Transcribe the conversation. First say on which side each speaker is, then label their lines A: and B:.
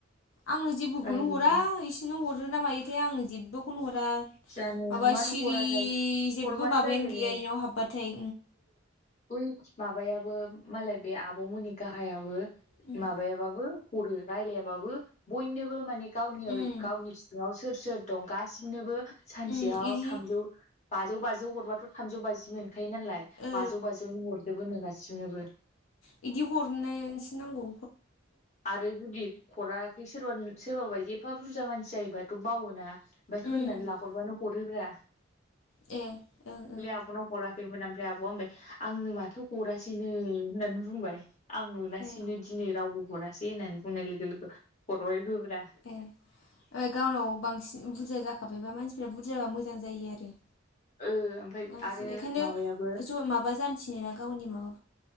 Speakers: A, on the left; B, on the left.
A: आंनो जेबोखौनो
B: रायलायनो
A: हरा इसोरनो हरो ना मायोथाय आंनो जेबबोखौनो हरा
B: जानो
A: माबा
B: मानो
A: सिरि
B: हराथाय
A: जेबो
B: हरबानो
A: माबायानो
B: जायो
A: गैया
B: ने
A: इनाव हाबबाथाय
B: बइ माबायाबो मालाय बे आबौमोननि गाहायाबो
A: उम
B: माबायाबाबो हरो रायलायाबाबो बयनोबो माने गावनियाव
A: उम
B: गावनि सिङाव सोर सोर दं गासिमनोबो सानसेयाव
A: उम इदि
B: थामजौ बाजौ बाजौ हरबाथ' थामजौ बाजि मोनखायो नालाय
A: ओ
B: बाजौ बाजौनो हरजोबोनो गासिनोबो
A: बिदि नांगौ
B: आरो जुदि हराखै सोरबा सोरबाबा एफा बुरजा मानसि जायोबाथ' बावोना
A: उम
B: होननानै लाहरबानो हरोब्रा
A: ए ओं ओं
B: आब'नाव हराखैमोन ओमफ्राय आब'आ ओमफ्राय आंनो होननानै बुंबाय आं मोनासिनो
A: ए
B: दिनै रावबो हरासै होननानै बुंनाय लोगो लोगो हरबायबो ब्रा
A: ओ गावनाव बांसिन बुरजा जाखाबायबा मानसिफ्रा बुरजाबा मोजां जायो आरो
B: ओ ओमफ्राय
A: मानसि
B: आरो
A: बेखायनो
B: माबायाबो
A: ज माबा जानोसनि ना गावनि माबा